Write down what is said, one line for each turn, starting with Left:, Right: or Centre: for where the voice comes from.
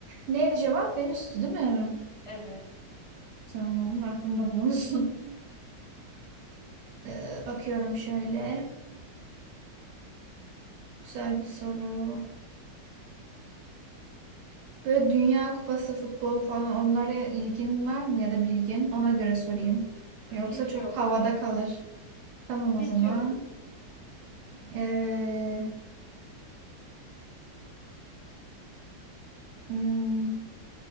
Right: Neydi cevap? Venüs'tü değil mi?
Left: Evet.
Right: Tamam aklımda bulunsun. <laughs> E, bakıyorum şöyle. Güzel bir soru. Böyle Dünya Kupası futbol falan onlara ilgin var mı ya da bilgin? Ona göre sorayım.
Left: E,
Right: Yoksa
Left: Hiç
Right: çok
Left: yok.
Right: havada kalır. Tamam
Left: Hiç
Right: o zaman.
Left: yok.
Right: E, hmm,